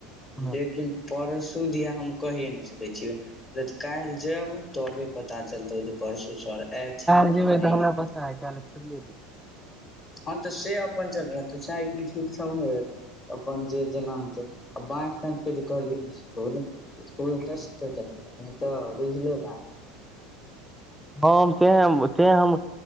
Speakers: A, in the centre; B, on the left.
A: हँ
B: लेकिन परसू दिया हम कहिए न सके छीयो ल काइल जैब तबे पता चलतो जे परसू आओर एथिन
A: भै
B: कि नहि
A: तऽ
B: एथिन
A: हमरा पा सय क खोलि
B: हँ तऽ से अपन चलै तू साइकिल ठीक छौहे अपन जे जेना हेतौ आ बाँस ताँके जे कहली इसकुल इसकुल तऽ तऽ बुझले बात
A: हम तें तें हम